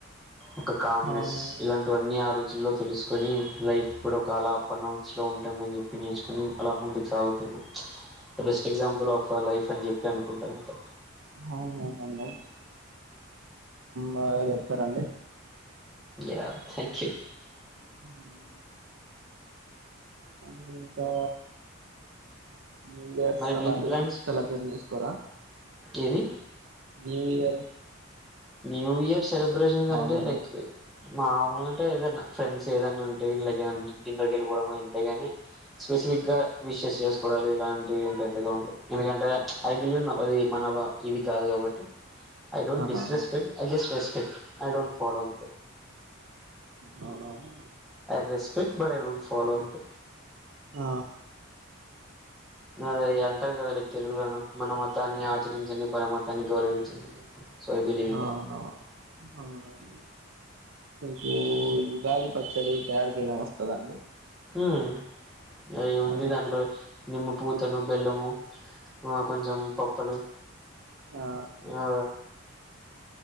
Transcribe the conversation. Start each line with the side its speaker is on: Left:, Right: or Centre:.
Centre: ఒక కామ్నెస్
Right: అవును
Centre: ఇలాంటివన్నీ ఆ రోజుల్లో తెలుసు కొని లైఫ్ కూడా ఒక అలా అప్ అండ్ డౌన్స్ ఉంటుందని జొప్పి నేర్చుకొని అలా ముందుకు సాగుతున్నాం the best example of life అని జెప్పి అనుకుంటారు అంత
Right: అవునవును అండి బాగా జెప్పారు అండి
Centre: యా థ్యాంక్ యూ
Right: హ అండ్ ఇంకా న్యూ యర్స్
Centre: మరి
Right: అలాంటివి
Centre: మీ ప్లాన్స్
Right: సెలబ్రేట్ చేసుకోరా
Centre: ఏది
Right: న్యూ యర్
Centre: న్యూ యర్స్ ని సెలబ్రేషన్స్
Right: మామూలుగా
Centre: అంటే లైక్ మామొల అంటె ఏదన్నా ఫ్రెండ్స్ ఏదన్నా అంటే గిన లైక్ ఏదన్నా డిన్నర్ కి వెళ్ళిపోవడమొ ఇంతే గాని స్పెసిఫిక్ గా విషెస్ చేస్ <unintelligible> ఇలాంటివి ఏం పెద్దగా ఉండవ్ ఎందుకంటే ఐ బిలీవ్ అది మన ఇది కాదు కాబట్టి ఐ డోంట్
Right: ఆహా
Centre: <unintelligible> ఫెక్ట్ ఐడోంట్ ఫాలో అంతే
Right: అవునవును
Centre: I respect but I don't follow అంతే
Right: ఆ
Centre: మరి అంటారు గదా తెలుగులోను మన మతాన్ని ఆచరించండి పరమతాన్ని గౌరవించండి so I believe in
Right: అవునవును
Centre: that
Right: అవునండి మీకు ఉగాగి పచ్చడి తయారు చేయడం వస్తద అండి
Centre: అ ఏముంది
Right: అవునా
Centre: దాంట్లో నిమ్మ పూత్ తను బెల్లము కొంచెం పప్పులు
Right: ఆ
Centre: ఆ